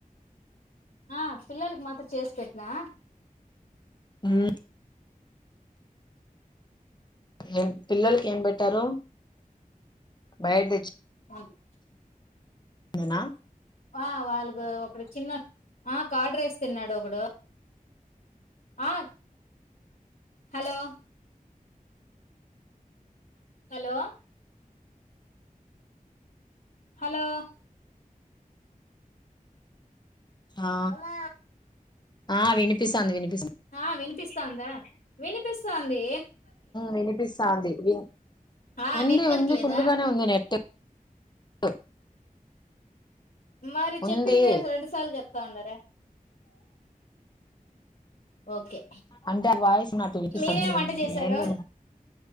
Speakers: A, on the left; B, on the left.
A: ఆ పిల్లలకి మాత్రం చేసి పెట్నా
B: మ్మ్ ఏం పిల్లలకేం పెట్టారు బయట్ దెచ్
A: <unintelligible>
B: నేనా
A: ఆ వాళ్గు ప్ర చిన్న ఆ కార్డ్రైస్ తిన్నాడొగడు ఆ హలో హలో హలో
B: ఆ
A: అమా
B: ఆ వినిపిస్సాంది విని
A: ఆ వినిపిస్తా అందా వినిపిస్ స్థాంది
B: వినిపిస్తాంది విన్
A: ఆ
B: ఉంది
A: నెట్వర్క్
B: ఉంది
A: లేదా
B: ఫుల్గానే ఉంది నెట్ సఓ
A: మరి
B: ఉంది
A: చెప్పింది రెండు సార్లు చెప్తా ఉండారే ఓకే
B: అంటే ఆ వాయిస్ నాటు
A: మీరేం వంట చేశారు
B: ఏంది